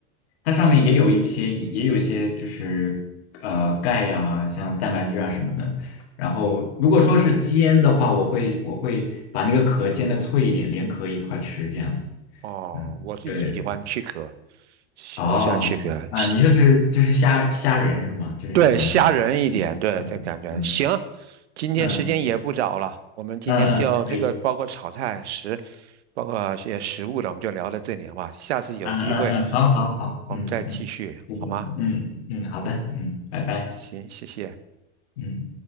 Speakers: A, on the left; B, on the right.
A: 它上面也有一些也有一些就是呃钙呀、像蛋白质啊什么的。然后如果说是煎的话，
B: 哦。
A: 我会我会把那个壳煎的脆一点，连壳一块吃这样子。
B: 哦，
A: 嗯，
B: 我是喜欢去壳，
A: 对对对。
B: 喜我喜欢去壳，
A: 哦，啊，
B: 喜
A: 你就是就是虾虾仁是吗？就是喜欢是，
B: 对，虾仁一点，
A: 嗯嗯嗯嗯
B: 对，这感觉行。今天时间也不早了，
A: 嗯
B: 我们今天就这个包括炒菜食，
A: 嗯嗯，嗯可以。
B: 包括一些食物的，我们就聊到这里好吧？下次有机会
A: 嗯嗯嗯，好好好，
B: 我们再继续好吗？
A: 嗯嗯，谢谢你，嗯嗯嗯，好的，嗯，拜拜，
B: 行，谢谢。
A: 嗯。